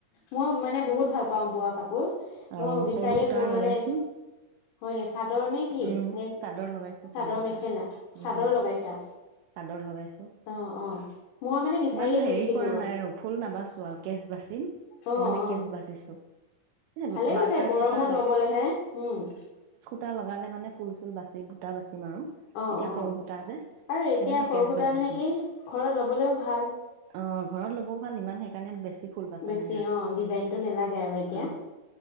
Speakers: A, on the left; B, on the right.
A: মই মানে বহুত ভাল পাওঁ বোৱা কাপোৰ। মই
B: অহ
A: বিচাৰিয়ে
B: সৰু সূতাৰ
A: ফুৰো মানে
B: লগাইছো।
A: হয় নি চাদৰ নে কি
B: উম,
A: নে
B: চাদৰ লগাইছো সৰু
A: চাদৰ
B: সূতাৰ।
A: মেখেলা
B: উম,
A: চাদৰ লগাইছা।
B: চাদৰ লগাইছো
A: অ অ মই মানে বিচাৰিয়ে
B: ইমান হেৰি
A: ফুৰিছিলো
B: কৰা নাই আৰু ফুল দাম চোৱাকছ বাচিম
A: অ
B: মানে
A: অ
B: কেচ বাচিছো এ
A: ভালে
B: মাৰ্চাজ
A: কৈছে গৰমত
B: সূতা
A: লবলৈহে হম
B: টা লগালে মানে ফুল চুল বাচি বুটা বাচি মাৰো
A: অ
B: এতিয়া
A: অ
B: সৰু সুতা যে
A: আৰু
B: সেইকাৰণে
A: এতিয়া সৰু
B: কেচ
A: সুতা
B: বাচিছো
A: মানে কি ঘৰত লবলেও ভাল
B: অ ঘৰত ল'বও ভাল ইমান সে ে <unintelligible> ইকাৰণে বেছি ফুল বাচা
A: বেছি
B: নাই আৰু
A: অ ডিজাইনটো নেলাগে আৰু এতিয়া
B: অ